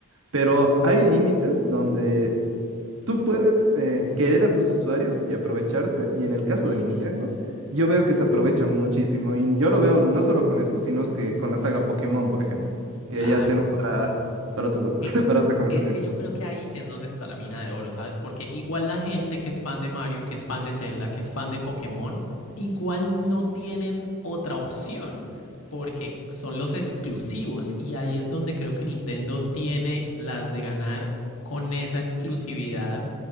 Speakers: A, on the right; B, on the left.
A: Pero hay límites donde tú puedes eh, querer a tus usuarios y aprovecharte. Y en el caso
B: ujú,
A: de Nintendo, yo veo que se aprovecha muchísimo. Y yo lo veo no solo con esto, sino es que con la saga Pokémon, por ejemplo. Que
B: Claro.
A: ya tema para, para, otro- <laughs>
B: Eh,
A: para otra conversación.
B: Es que yo creo que ahí es donde está la mina de oro, ¿sabes? Porque igual la gente que es fan de Mario, que es fan de Zelda, que es fan de Pokémon, igual no tienen otra opción, porque son los exclusivos y ahí es donde creo que Nintendo tiene las de ganar con esa exclusividad